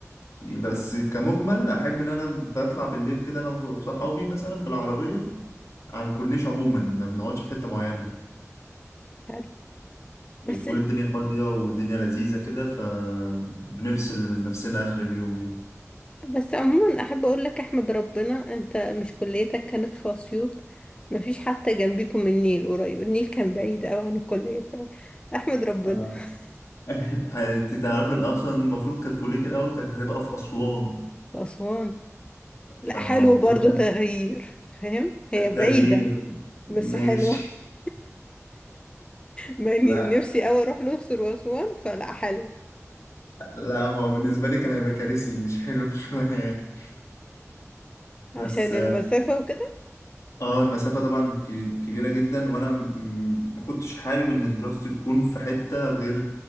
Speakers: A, on the left (about 70°); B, on the left (about 20°).
A: بس كمجمل احب ان انا بطلع بالليل كده انا وصحابي مثلا بالعربيه على الكورنيش عموما ما بنقعدش في حته معينه
B: عارف.
A: بتكون
B: بس
A: الدنيا فاضية والدنيا لذيذة كده فبنفصل نفسنا آخر اليوم يعني
B: بس عموما احب اقول لك احمد ربنا انت مش كليتك كانت في اسيوط مفيش حتى جنبيكم النيل قريب النيل كان بعيد قوي عن الكليه فاحمد ربنا
A: آه.
B: في
A: <laughs> انت تعرف اصلا المفروض كانت كليتي الاول كانت هتبقى في اسوان
B: اسوان
A: فالموضوع
B: لا حلو برضو تغيير فاهم هي
A: كان تغيير
B: بعيده
A: ماشي
B: بس حلوه <laughs> ما إني-
A: لا
B: نفسي قوي اروح الاقصر واسوان فلا حلو
A: لا هو بالنسبه لي كان هيبقى كارثي مش حلو <laughs> شويه يعني بس
B: عشان المسافه وكده
A: اه المسافه طبعا ك- كبيره جدا وانا م- ما كنتش حابب ان دراستي تكون في حته غير